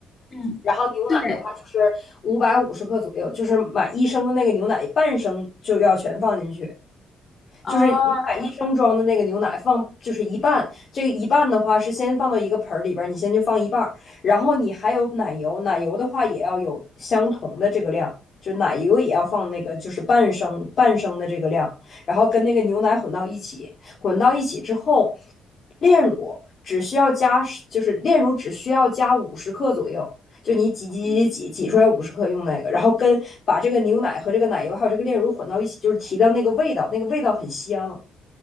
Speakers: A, on the left; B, on the left.
A: 嗯，
B: 然后牛奶的话就是五百五十克左右，
A: 对，
B: 就是买一升的那个牛奶，半升就要全放进去。
A: 哦，
B: 就是你把一升装的那个牛奶放，就是一半，这个一半的话是先放到一个盆儿里边儿，你先就放一半儿，然后你还有奶油，奶油的话也要有相同的这个量，就奶油也要放那个就是半升半升的这个量，然后跟那个牛奶混到一起，混到一起之后，炼乳只需要加，就是炼乳只需要加五十克左右，就你挤挤挤挤挤出来五十克用那个，
A: 嗯。
B: 然后跟把这个牛奶和这个奶油还有这个炼乳混到一起，就是提到那个味道，那个味道很香。